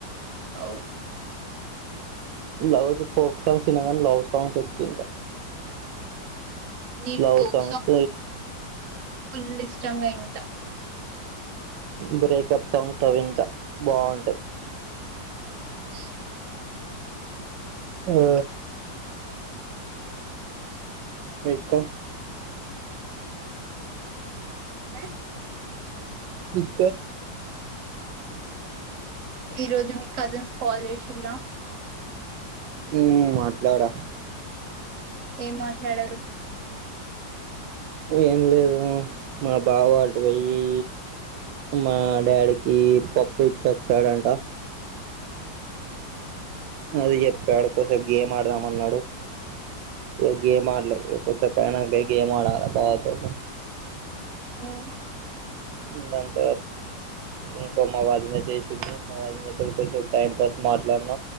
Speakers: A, on the right; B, on the right.
A: అవు
B: లవ్స్ ఫోక్ సాంగ్స్ ఇన కనీ లవ్ సాంగ్స్ ఎక్కు ఇంట
A: ఈ
B: లవ్
A: ఫోక్
B: సాంగ్స్
A: ఫుల్ ఇష్టంగ ఇంట.
B: బ్రేకప్ సాంగ్తో వింత బాగుంటది
A: నేను
B: ఆ రేఖ
A: ఆ
B: కుక్క
A: ఈ రోజు మీ కజిన్స్ కాల్ చేసింల
B: మ్ మాట్లాడా
A: ఏం మాట్లాడారు?
B: ఏం లేదు మా బావ అటు పొయ్యి మా డాడీకి పప్పు ఇచ్చి వచ్చాడంట. అది చెప్పాడు కొద్సేప్ గేమ్ ఆడదాం అన్నాడు. ఏ గేమ్ ఆడ్లే ఇగ కొద్సేప్ అయినాక గేమ్ ఆడాలె బావతో
A: అవున
B: ఇందాక ఇంకో మా వదిన చేసింది మా వదినతోటి కొద్సేపు టైం పాస్ మాట్లాడ్న